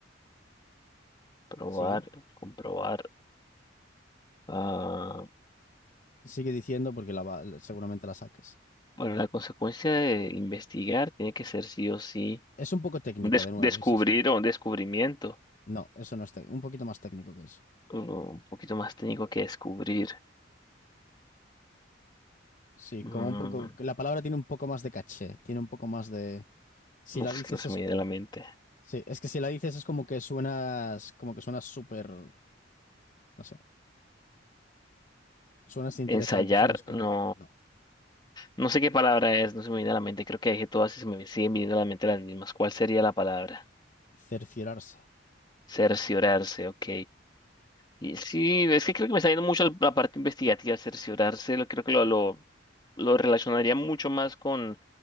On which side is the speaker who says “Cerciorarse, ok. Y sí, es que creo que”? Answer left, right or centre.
Left